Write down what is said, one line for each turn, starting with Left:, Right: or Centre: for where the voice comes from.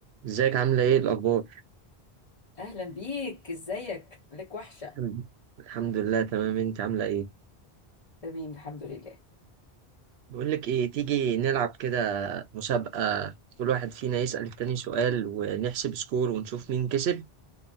Right: ازيك عاملة ايه الأخبار؟
Left: اهلا بيك ازيك لك وحشه
Right: الحمد الحمد لله تمام انت عاملة ايه؟
Left: تمام الحمد لله
Right: بقولك ايه تيجي نلعب كده مسابقة كل واحد فينا يسأل التاني سؤال ونحسب سكور ونشوف مين كسب